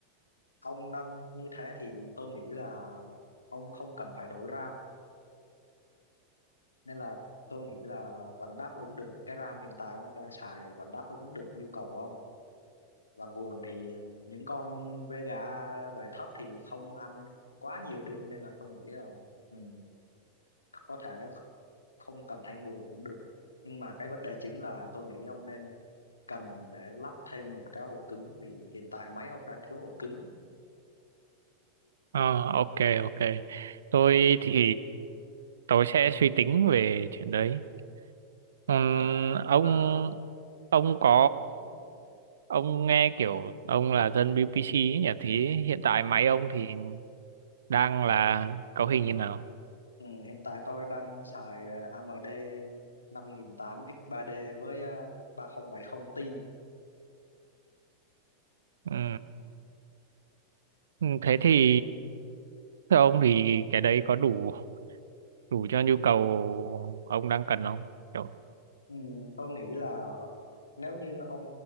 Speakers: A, on the left; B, on the right.
A: ông nâng như thế thì tôi nghĩ là ông không cần phải đổi RAM nên là tôi nghĩ là vẫn đáp ứng được cái RAM hiện tại ông đang xài vẫn đáp ứng được nhu cầu của ông và nguồn thì những con với gà đời thấp thì không ăn quá nhiều điện nên là tôi nghĩ là ừ, có thể kh- không cần thay nguồn cũng được nhưng mà cái vấn đề chính là tôi nghĩ ông nên cần để lắp thêm một cái ổ cứng vì hiện tại máy ông đang thiếu ổ cứng
B: Ờ, ok ok. Tôi thì tôi sẽ suy tính về chuyện đấy. Ừm,
A: à,
B: ông
A: à,
B: ông có ông nghe kiểu ông là dân BPC ấy nhỉ? Thì hiện tại
A: ừ,
B: máy ông thì đang là cấu hình như nào?
A: ừ, hiện tại tôi đang xài ờ, AMD 5800 X3D với ờ, 3070 Ti
B: Ừ. Ừ, Thế thì theo ông thì cái đấy có đủ đủ cho nhu cầu ông đang cần không? Kiểu,
A: Ừ, tôi nghĩ là nếu như ông